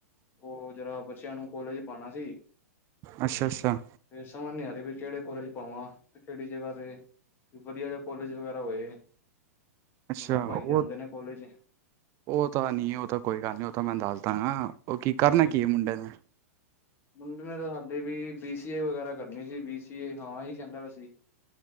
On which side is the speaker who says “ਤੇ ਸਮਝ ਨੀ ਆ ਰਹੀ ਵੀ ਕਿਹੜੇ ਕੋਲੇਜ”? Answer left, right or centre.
Left